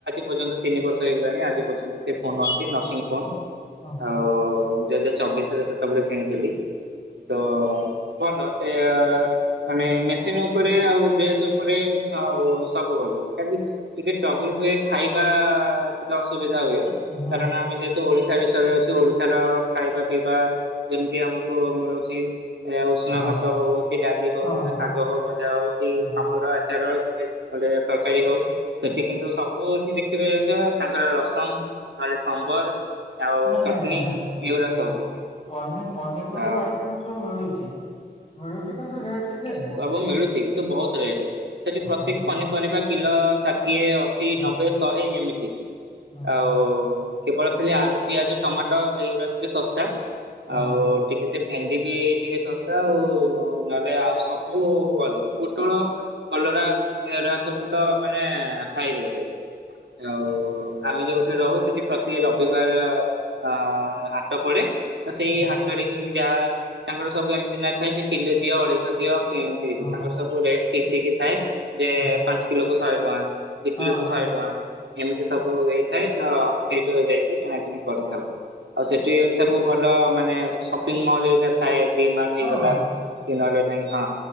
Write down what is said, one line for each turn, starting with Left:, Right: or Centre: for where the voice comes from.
Right: ପର୍ଯ୍ୟନ୍ତ ତିନି ବର୍ଷ ହେଇଗଲାଣି ଆଜି ପର୍ଯ୍ୟନ୍ତ ସେ ଫୋନ ଅଛି ନଥିଙ୍ଗ ଫୋନ
Left: ହଁ ହଁ
Right: ଆଉ ଦୁଇ ହଜାର ଚବିଶ ରେ ସେତେବେଳେ କିଣିଥିଲି ତ ଭଲ ସେ ମାନେ ମେସିନ ଉପରେ ଆଉ ଡ୍ରେସ୍ ଉପରେ ଆଉ ସବୁ ଭଲ। ଟିକେ ଟ୍ରବୁଲ ହୁଏ ଖାଇବା ଟିକେ ଅସୁବିଧା ହୁଏ
Left: ହଁ
Right: କାରଣ ଆମେ ଯହେ ତ ଓଡିଶାରେ ଚଳ ଅଛୁ ଓଡିଶାର ଖାଇବା ପିଇବା ଯେମିତି ଆମକୁ ମିଳୁଛି। ଆଉ ଉଷୁନା
Left: ହଁ
Right: ଭାତ ହଉ କି ଡାଲି ହଉ
Left: ହଁ
Right: ଗୋଟେ
Left: ହଁ
Right: ଶାଗ ହଉ ଭଜା ହଉ କି
Left: ହଁ
Right: ପାମ୍ପଡ଼, ଆଚାର। ଗୋଟେ ତରକାରୀ ହଉ ସେଠି କିନ୍ତୁ ସବୁଠି ଦେଖିବେ ତାଙ୍କର ରସମ ନହେଲେ ସମ୍ବର। ଆଉ
Left: ନାଇଁ
Right: ଚଟଣି
Left: ନାଇଁ
Right: ଏଇଗୁଡା ସବୁ
Left: ନ ପନିପରିବା
Right: ଆଉ
Left: ଆଇଟମ ସବୁ ମିଳୁଛି। ମିଳୁଛି କିନ୍ତୁ ରେଟ ଟିକେ ହଁ
Right: ସବୁ ମିଳୁଛି କିନ୍ତୁ ବହୁତ ରେଟ ସେଠି ପ୍ରତିକ
Left: ଅରେ,
Right: ପନିପରିବା କିଲୋ ଷାଠିଏ, ଅସି,
Left: ହଁ
Right: ନବେ ଶହେ ଏମିତି
Left: ହଁ
Right: ଆଉ କେବଳ ଖାଲି ଆଳୁ, ପିଆଜ, ଟମାଟୋ ଏଇଗୁରା ଟିକେ ଶସ୍ତା ଆଉ
Left: ହଁ
Right: ଟିକେ ସେ ଭେଣ୍ଡି ବି ଟିକେ ଶସ୍ତା ଆଉ ନହେଲେ ଆଉ ସବୁ ଅଧିକ ପୋଟଳ, କଲରା ଏରା ସବୁ ତ ମାନେ ହାଇ ରେଟ। ଆଉ ଆମେ ଯୋଉଠି ରହୁ ସେଠି ପ୍ରତି ରବିବାର ଅ ହାଟ ପଡେ। ତ ସେଇ
Left: ହଁ ହଁ
Right: ହାଟରେ ହିଁ ଯାହା ତାଙ୍କର ସବୁ ଏମିତି ନଥାଏ କି କିଲେ ଦିଅ ଅଢେଇଶ ଦିଅ। ଏମିତି
Left: ହଁ
Right: ତାଙ୍କର ସବୁ ରେଟ ଫିକ୍ସ ହେଇକି ଥାଏ। ଯେ
Left: ହଁ
Right: ପାଞ୍ଚ କିଲୋକୁ ଶହେ ଟଙ୍କା ଦି
Left: ହଁ
Right: କିଲୋକୁ ଶହେ ଟଙ୍କା ଏମିତି ସବୁ ସୁ ହେଇଥାଏ ତ ସେଇଠୁ ଯାଇକି କିଣାକିଣି କରିଥାଉ ଆଉ ସେଠ ଠି ସବୁ ଭଲ ମାନେ ସପିଙ୍ଗ ମଲ ଥାଏ ଭି ମାଟ
Left: ହଁ
Right: ହେଇଗଲା। ନହେଲେ ନାଇ ହଁ